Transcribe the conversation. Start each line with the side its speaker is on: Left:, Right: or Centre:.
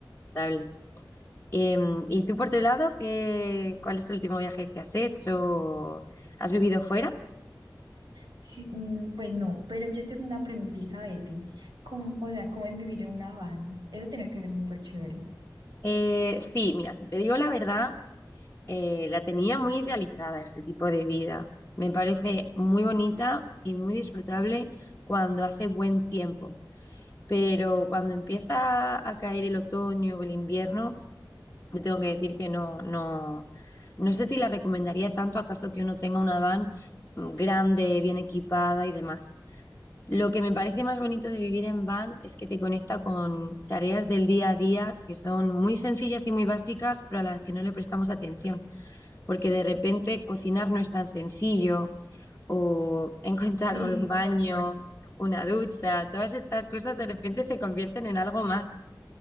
Left: Estable. Em, ¿y tú por tu lado, qué, cuál es el último viaje que has hecho? ¿Has vivido fuera?
Right: Sí, mm, pues no, pero yo tengo una preguntita de ti. ¿Cómo- o sea, ¿cómo es vivir en una van? Eso tiene que ser súper chévere.
Left: Eh, sí, mira, si te digo la verdad, eh, la tenía muy idealizada este tipo de vida. Me parece muy bonita y muy disfrutable cuando hace buen tiempo, pero cuando empieza a caer el otoño o el invierno, te tengo que decir que no, no, no sé si la recomendaría tanto acaso que uno tenga una van mm, grande, bien equipada y demás. Lo que me parece más bonito de vivir en van es que te conecta con tareas del día a día que son muy sencillas y muy básicas, pero a las que no le prestamos atención, porque de repente cocinar no es tan sencillo, o <laughs> encontrar
Right: Sí,
Left: un baño,
Right: me imagino.
Left: una ducha, todas estas cosas de repente se convierten en algo más.